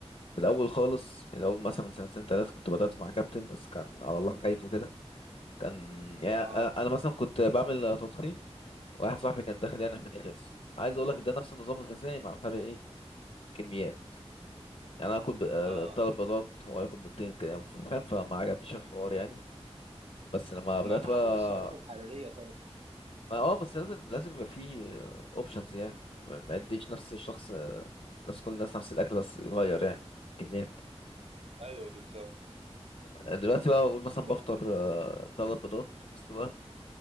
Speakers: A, on the left; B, on the right.
A: في الاول خالص الاول مثلا من سنتين ثلاثه كنت بدات مع كابتن بس كان على الله حكايته كده كان يعني
B: اه
A: آه، انا مثلا كنت بعمل آه، تضخيم واحد صاحبي كان داخل يعني عشان يخس عايز اقول لك ده نفس النظام الغذائي مع فرق ايه الكميات يعني انا اكل ب- آه،
B: اه
A: تلات بيضات هو ياكل بيضتين كده فاهم فما عجبنيش الحوار يعني بس لما بدات
B: ما على
A: بقى
B: حسب السعرات الحراريه طبعا
A: ما اه بس لازم لازم يبقى فيه اوبشنز يعني ما ما يديش نفس الشخص نفس كل الناس نفس الاكل بس يغير يعني كميات
B: ايوه بالظبط
A: دلوقتي بقى اقول مثلا
B: طب
A: بفطر آه، تلات بيضات مسلوقه